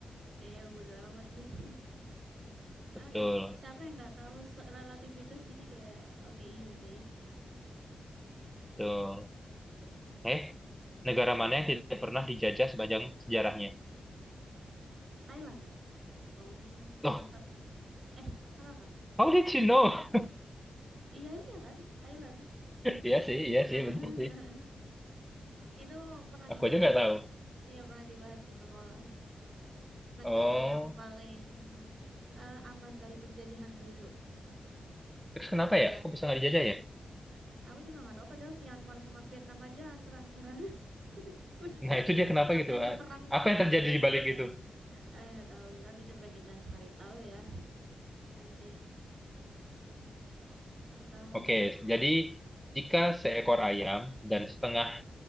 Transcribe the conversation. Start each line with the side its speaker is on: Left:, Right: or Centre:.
Right: iya bodoh amat deh. <laughs> Oke,
Centre: Betul,
Right: siapa yang nggak tahu se- relativitas jadi kayak oke easy.
Centre: betul. Eh, negara
Right: Hmm.
Centre: mana yang tidak pernah dijajah sepanjang sejarahnya?
Right: Thailand. Dong,
Centre: Loh,
Right: mantap. Eh, salah kah?
Centre: how did you know? <laughs>
Right: Iya iya kan, Thailand.
Centre: Iya sih, iya
Right: <laughs>
Centre: sih, bener sih.
Right: Itu pernah
Centre: Aku
Right: dibahas
Centre: aja nggak
Right: soalnya.
Centre: tahu.
Right: Iya, pernah dibahas di sekolah. negara
Centre: Oh,
Right: yang paling eh, aman dari penjajahan dulu,
Centre: terus kenapa
Right: Thailand.
Centre: ya? Kok bisa nggak dijajah ya?
Right: Aku juga nggak tahu padahal Myanmar sama Vietnam aja ancur-ancuran. <laughs> Maksudnya
Centre: Nah, itu dia kenapa
Right: sampai
Centre: gitu.
Right: ada
Centre: Ah,
Right: perang-perangnya
Centre: Apa yang terjadi di balik
Right: gitu.
Centre: itu?
Right: Eh nggak tahu deh nanti coba kita cari tahu ya. Nanti entahlah
Centre: Oke,
Right: kenapa.
Centre: jadi jika seekor ayam dan setengah...